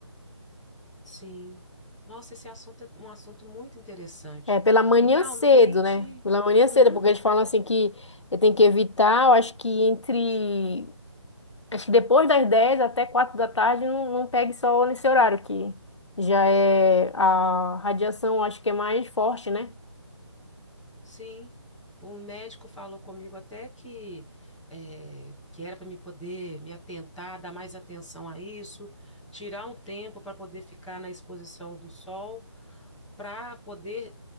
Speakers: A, in the centre; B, on the left (about 75°).
A: Sim. Nossa, esse assunto é um assunto muito interessante.
B: É, pela manhã
A: E realmente,
B: cedo, né? Pela manhã
A: uhum.
B: cedo, porque eles falam assim que tem que evitar, eu acho que entre. Acho que depois das 10 até 4 da tarde não, não pegue sol nesse horário, que já é a radiação, acho que é mais forte, né?
A: Sim, o médico falou comigo até que eh, que era para me poder me atentar, dar mais atenção a isso, tirar um tempo para poder ficar na exposição do sol, para poder